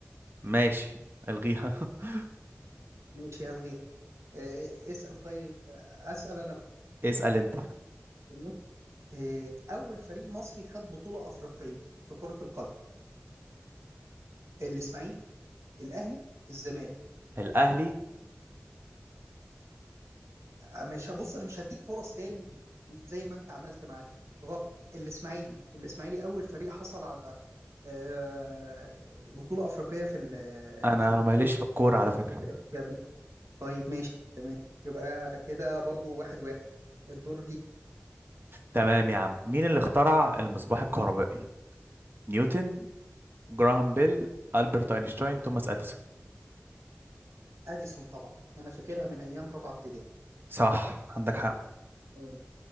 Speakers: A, on the right; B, on the right.
A: ماشي الغيها <laughs>
B: ماشي هلغيها آه، اسأل طيب أسأل أنا
A: اسأل انت
B: تمام آه، أول فريق مصري خد بطولة أفريقية في كرة القدم الإسماعيلي الأهلي الزمالك
A: الاهلي
B: آه، مش بص أنا مش هديك فرص تاني زي ما أنت عملت معايا غلط الإسماعيلي الإسماعيلي أول فريق حصل على آه، بطولة أفريقية في ال
A: انا
B: في ال
A: ماليش في الكورة على
B: في
A: فكرة
B: في مصر طيب ماشي تمام يبقى كده برضو واحد واحد الدور ليه
A: تمام يا عم مين اللي اخترع المصباح الكهربائي نيوتن جراهام بيل ألبرت أينشتاين توماس أديسون
B: أديسون طبعا أنا فاكرها من أيام رابعة ابتدائي
A: صح عندك حق
B: مم.